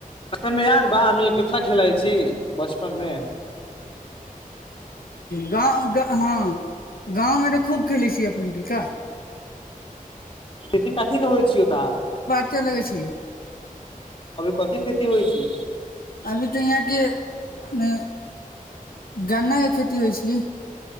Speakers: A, on the left (about 40°); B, on the left (about 85°).
A: बचपन मे याद बा हम कितना खेलाइ छी बचपन मे
B: गांव हँ गाँवमे तऽ खूब खेलैत छियै अपने ठीका
A: खेती का चीज़ के होइ छीय ओ त
B: कत्त लगै छि
A: कथी खेती होइ छी
B: अभी तऽ यहाँके मे गन्ना के खेती होइ छै